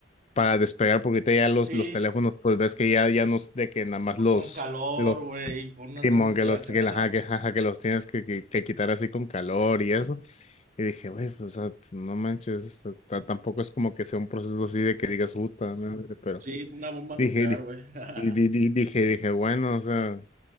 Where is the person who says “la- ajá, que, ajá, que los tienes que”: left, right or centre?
Left